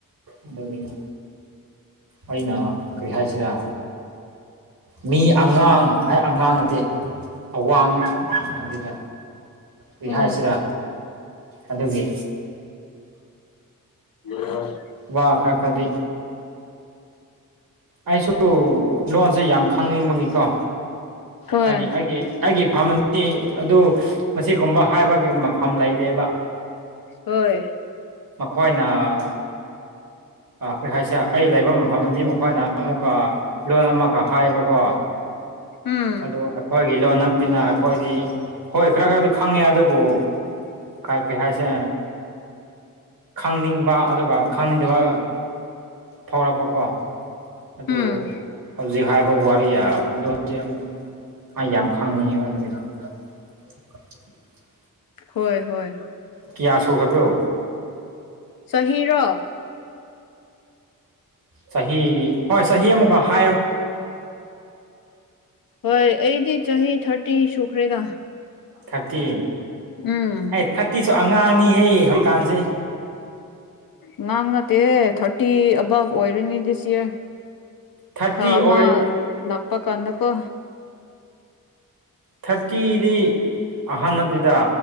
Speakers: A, on the right; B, on the left.
A: ꯑꯗꯨꯒꯤꯅꯦ ꯑꯩꯅ ꯀꯔꯤ ꯍꯥꯏꯁꯤꯔꯥ ꯃꯤ ꯑꯉꯥꯡ ꯍꯥꯏ ꯑꯉꯥꯡ ꯅꯠꯇꯦ ꯑꯋꯥꯡꯉ ꯉꯗꯦꯗ ꯔꯤꯍꯥꯏꯁꯤꯔꯥ
B: ꯎꯝ
A: ꯑꯗꯨꯒꯤ
B: ꯑꯣ
A: ꯋꯥ ꯈꯥ ꯀꯗꯤ ꯑꯩꯁꯨ ꯂꯣꯟꯁꯦ ꯌꯥꯝ ꯈꯪꯅꯤꯡꯕꯒꯤꯀꯣ
B: ꯍꯣꯏ
A: ꯍꯥꯏꯦꯦ ꯍꯥꯏꯦ ꯐꯃꯟ ꯑꯗꯨ ꯃꯁꯤꯒꯨꯝꯕ ꯍꯥꯏꯕꯒꯤ ꯃꯐꯝ ꯂꯩꯗꯦꯕ
B: ꯍꯣꯏ
A: ꯍꯣꯏꯅ ꯑꯩ ꯍꯥꯏꯁꯦ ꯑꯩ ꯂꯩꯕ ꯃꯐꯝꯗꯗꯤ ꯃꯈꯣꯏꯅ ꯑꯃꯨꯛꯀ ꯂꯣꯟ ꯑꯃꯛꯀ ꯍꯥꯏꯌꯦꯕꯀꯣ
B: ꯎꯝ
A: ꯑꯗꯣ ꯑꯈꯋꯥꯒꯤ ꯏꯂꯣꯅ ꯇꯅ ꯑꯩꯈꯣꯏꯗꯤ ꯍꯣꯏ ꯈꯔ ꯈꯔꯗꯤ ꯈꯪꯉꯦ ꯑꯗꯨꯕꯨ ꯀꯥꯏ ꯀꯩ ꯍꯥꯏꯥꯏꯁꯦ ꯈꯪꯅꯤꯡꯕ ꯑꯗꯨꯒ ꯈꯪꯅꯤꯡꯗꯕ ꯐꯥꯎꯔꯛꯄꯀꯣ ꯑꯗꯨ
B: ꯎꯝ
A: ꯍꯧꯖꯤꯛ ꯍꯥꯏꯕ ꯋꯥꯔꯤꯣꯟꯁ ꯑꯃꯨꯛ ꯑꯩ ꯌꯥꯝ ꯈꯪꯅꯤꯡꯉꯤꯕ ꯑꯗꯨꯗꯤ <unintelligible>
B: ꯍꯣꯏ ꯍꯣꯏ
A: ꯀꯤꯌꯥ ꯁꯣꯛꯈ꯭ꯔꯕ꯭ꯔꯣ
B: ꯁꯍꯤꯔꯣ
A: ꯆꯍꯤ ꯍꯣꯏ ꯆꯍꯤ ꯑꯃꯨꯛꯀ ꯍꯥꯏꯔꯣ ꯍ
B: ꯍꯣꯏ ꯑꯩꯗꯤ ꯆꯍꯤ ꯊꯥꯔꯇꯤ ꯁꯨꯈ꯭ꯔꯦꯗ
A: ꯊꯥꯔꯇꯤ
B: ꯎꯝ
A: ꯑꯩ ꯊꯥꯔꯇꯤꯁꯨ ꯑꯉꯥꯡꯅꯤꯍꯦ ꯍꯧꯖꯤꯛꯀꯥꯟꯁꯦ
B: ꯉꯥꯡ ꯅꯠꯇꯦꯍꯦ ꯊꯥꯔꯇꯤ ꯑꯕꯞ ꯑꯣꯏꯔꯅꯤ ꯗꯤꯁ ꯌꯌꯥꯔ
A: ꯊꯥꯔꯇꯤ
B: ꯊꯥ ꯑꯃ
A: ꯑꯣꯏ
B: ꯂꯥꯛꯄ ꯀꯥꯟꯗꯀꯣ
A: ꯊꯥꯔꯇꯤꯗꯤ ꯑꯍꯟ ꯅꯠꯇꯦꯗ